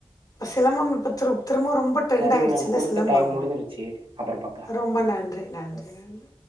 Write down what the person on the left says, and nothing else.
சிலம்பம் இப்ப திரு திரும்பவு ரொம்ப ட்ரெண்டா
ஆய்டுச்சில்ல
சிலம்பம்
ரொம்ப நன்றி நன்றி நன்றி